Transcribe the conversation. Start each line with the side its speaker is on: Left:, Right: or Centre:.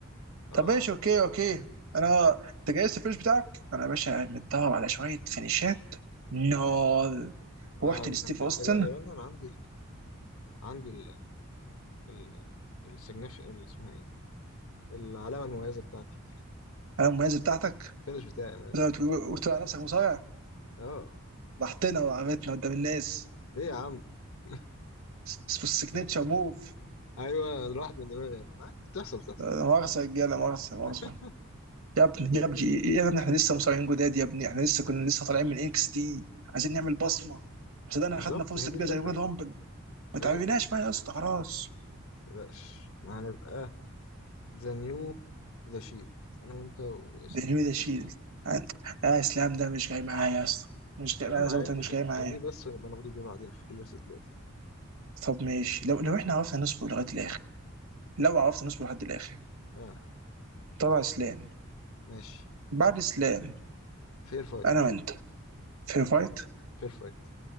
Left: آه
Right: طب ماشي اوكي اوكي انا انت جايز الفينش بتاعك انا يا باشا متدرب على شويه فينيشات نار
Left: آه
Right: رحت
Left: مش
Right: لستيف
Left: محتاج
Right: اوستن
Left: أجا يا مان أنا عندي ال... عندي ال ال السجنف ال- اسمها إيه العلامة المميزة بتاعتي
Right: انا المميزه بتاعتك
Left: الفينش بتاعي يا مان
Right: وت- وتقول على نفسك مصارع
Left: آه
Right: ضحكتنا وعملتنا قدام الناس
Left: ليه يا عم <laughs>
Right: في السيجنتشر موف
Left: أيوه راحت من دماغي يا عم عادي بتحصل بتحصل
Right: لا مؤاخذه يا رجاله مؤاخذه مؤاخذه
Left: <laughs>
Right: يا ابني يا ابني يا ابني احنا لسه مصارعين جداد يا ابني احنا لسه كنا لسه طالعين من اكس تي عايزين نعمل بصمه بس ده
Left: بالظبط
Right: اخدنا فرصه
Left: ما هي دي
Right: كبيره
Left: الفكرة
Right: زي ويل رامبل ما
Left: هي
Right: تعبناش
Left: دي الفكرة
Right: بقى يا اسطى خلاص
Left: متقلقش ما هنبقى ذا نيو ذا شيلد أنا وأنت وإسلام
Right: ده نيو ده شيلد
Left: بس
Right: لا اسلام ده مش جاي معايا يا اسطى مش جاي
Left: يا
Right: معايا
Left: عم
Right: زي
Left: عادي
Right: ما قلت لك مش
Left: خ-
Right: جاي معايا
Left: خليه بس ونبقى ناخده بيه بعدين خليه بس دلوقتي
Right: طب ماشي لو لو احنا عرفنا نصبر لغايه الاخر لو عرفنا نصبر لحد الاخر
Left: آه
Right: طبعا اسلام
Left: ماشي
Right: بعد اسلام
Left: فير فايت
Right: انا وانت في فايت
Left: فير فايت